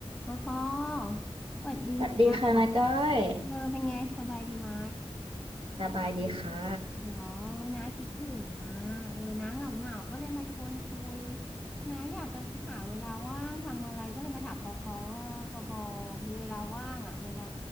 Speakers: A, in the centre; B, on the right.
A: ปอปอสวัสดีจ้า
B: สวัสดีค่ะนาก้อย
A: เออเป็นไงสบายดีไหม
B: สบายดีค่ะ
A: เหรอเออน้าคิดถึงนะเออน้าเหงาเหงาก็เลยมาชวนคุยน้าอยากจะหาเวลาว่างทำอะไรก็เลยมาถามปอปอว่าปอปอมีเวลาว่างอ่ะเวลา